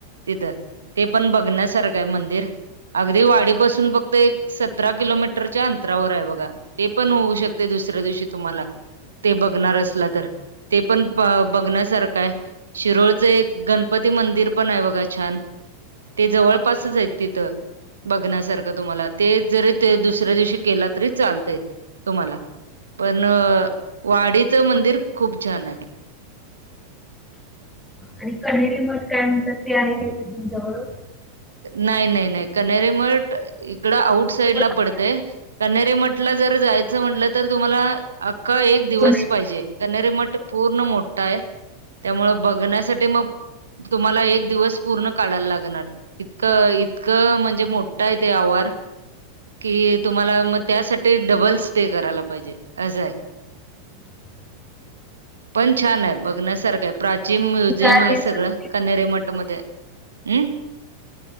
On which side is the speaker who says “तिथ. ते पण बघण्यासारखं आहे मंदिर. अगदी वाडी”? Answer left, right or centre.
Right